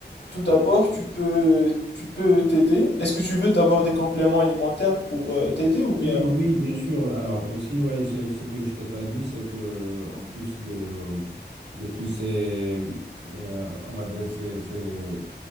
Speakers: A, on the left (about 75°); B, on the right (about 80°).
A: tout
B: Oui,
A: d'abord, tu peux tu peux t'aider. Est-ce que tu veux d'abord des compléments alimentaires pour euh, t'aider ou bien?
B: oui, oui, bien sûr. Alors aussi, ouais, c'est- ce que je t'ai pas dit, c'est que en plus de, de tous ces, euh, on va dire, ces, ces